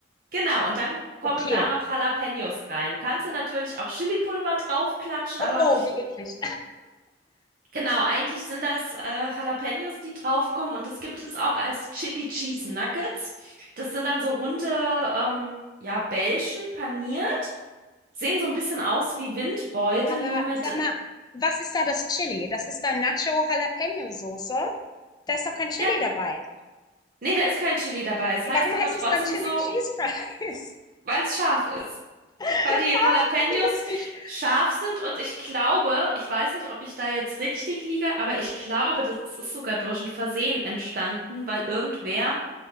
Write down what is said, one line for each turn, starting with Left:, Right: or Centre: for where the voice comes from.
Right: Genau, und dann kommen
Left: Okay.
Right: da noch Jalapenos rein. Du kannst hier natürlich auch Chilipulver draufklatschen,
Left: Oh,
Right: aber
Left: wie eklig.
Right: genau, eigentlich sind das äh, Jalapenos, die draufkommen. Und das gibt es auch als Chili Cheese Nuggets. Das sind dann so runde, ähm, ja, Bällchen paniert. Sehen so ein bisschen aus wie Windbeutel,
Left: Aber
Right: nur mit...
Left: sag mal, was ist da das Chili? Das ist dann Nacho-Jalapeno-Soße. Da ist doch kein Chili
Right: Ja,
Left: dabei.
Right: nee, da ist kein Chili dabei. Es heißt
Left: Warum
Right: aber
Left: heißt
Right: trotzdem
Left: es dann Chili
Right: so,
Left: Cheese Fries?
Right: weil es scharf ist.
Left: <laughs>
Right: weil die
Left: Ah,
Right: Jalapenos
Left: wie lustig.
Right: scharf sind und ich glaube, ich weiß nicht, ob ich da jetzt richtig liege, aber ich glaube, das ist sogar durch ein Versehen entstanden, weil irgendwer